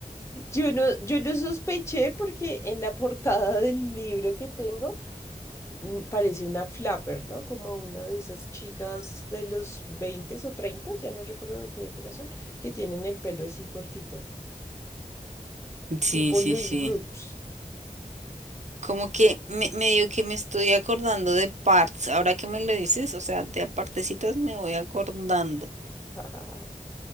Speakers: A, on the left; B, on the right.
A: Yo no, yo lo sospeché porque en la portada del libro que tengo mm, parece una flapper, ¿no? Como una de esas chicas de los 20 o treinta ya no recuerdo de qué época son, que tienen el pelo así cortito,
B: Sí,
A: tipo
B: sí,
A: Louis
B: sí.
A: Brooks.
B: Como que me, medio que me estoy acordando de partes, ahora que me lo dices, o sea, de a partecitas me voy acordando.
A: <laughs>